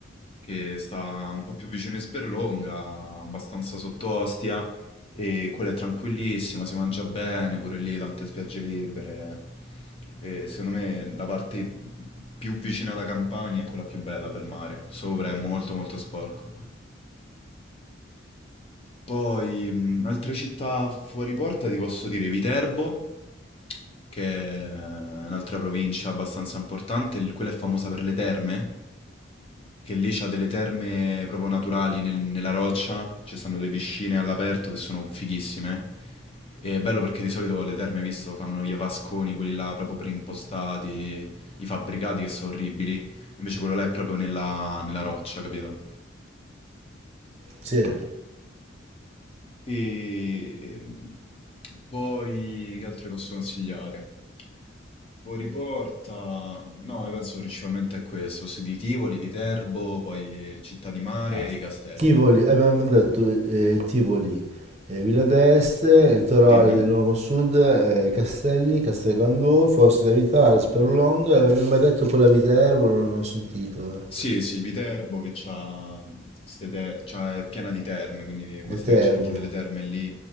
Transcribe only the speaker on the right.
Sì.
Ah,
Tivoli, eh, abbiamo detto eh, Tivoli, eh, Villa d'Este, litorale
dell'Ormo Sud, eh, Castelli, Castel Gandolfo, Oste da Vitale, Sperlonga, eh, avevo mai detto quella Viterbo, non ho sentito, eh.
Le terme